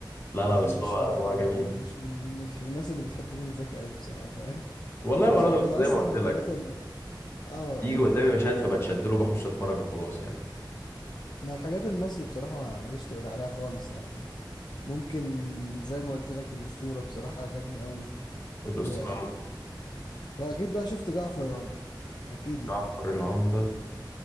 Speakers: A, on the left; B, on the left.
A: لا لا
B: يعني
A: بس
B: مش
A: هو
B: من
A: هو جميل
B: آه، مش من مش من الناس اللي بتحب منى زكي قوي بصراحة فاهم
A: والله
B: <laughs> مش
A: ولا
B: عارف
A: انا
B: انا
A: زي
B: اصلا
A: ما قلت
B: الحاجات
A: لك
B: ال... اه
A: يجي
B: ايوه
A: قدامي
B: فاهمك
A: مشاهد فبتشدله بخش اتفرج وخلاص يعني
B: انا الحاجات المصري بصراحة ما ماليش تقول عليها خالص يعني ممكن زي ما قلت لك الأسطورة بصراحة عجبني قوي
A: الاسطوره
B: و... وأكيد بقى شفت جعفر العمدة أكيد يعني
A: جعفر العمده